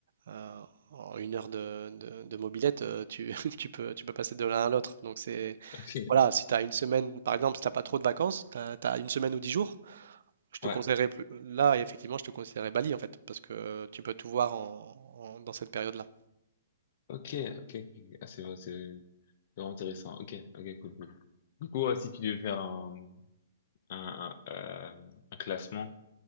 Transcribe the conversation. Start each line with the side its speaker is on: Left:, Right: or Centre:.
Right: euh, euh, en une heure de, de, de mobilette, euh, tu, <laughs> tu peux, tu peux passer de l'un à l'autre. Donc c'est,
Left: <laughs> ok,
Right: voilà, si tu as une semaine, par exemple, si t'as pas trop de vacances, tu as, une semaine ou dix jours, je te
Left: ouais,
Right: conseillerais plus. Là, effectivement, je te conseillerais Bali en fait, parce que tu peux tout voir en- en- dans cette période-là.
Left: ok, ok, ok. Ah, c'est vrai, c'est c'est vraiment intéressant. Ok, ok, cool, cool. Du coup, euh, si tu devais faire un un, un, euh, un classement